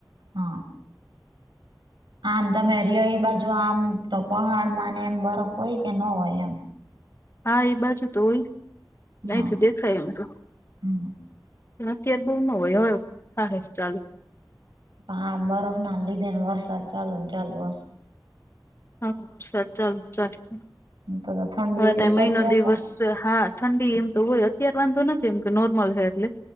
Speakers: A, on the right (about 85°); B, on the left (about 35°).
A: હા. આમ તમે રિયો એ બાજુ આમ તો પહાડમાંને એમ બરફ હોય કે ન હોય એમ
B: હા એ બાજુ તો હોય અહીથી
A: હા
B: દેખાય એમ તો
A: હમ
B: અત્યારે બહુ ન હોય હવે કરે છે ચાલુ
A: હા બરફ ના લીધે વરસાદ ચાલુ ને ચાલુ હસે
B: <unintelligible>
A: તો તો ઠંડી
B: હવે
A: એટલી
B: ત મહિનો
A: પડતી
B: દિવસ
A: હશે ને
B: હા, ઠંડી એમ તો હોય, અત્યારે વાંધો નથી એમ તો નોર્મલ હે એટલે